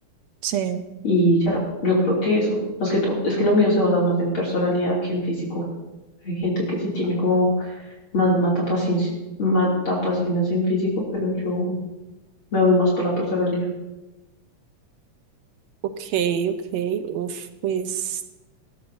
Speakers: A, on the right (about 70°); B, on the left (about 45°).
A: sí.
B: Y ya, yo creo que eso, más que todo, es que lo mío se basa más en personalidad que en físico. Hay gente que sí tiene como más mata paciencia, mata pasiones en físico, pero yo me voy más por la personalidad.
A: Ok, ok, uf, pues,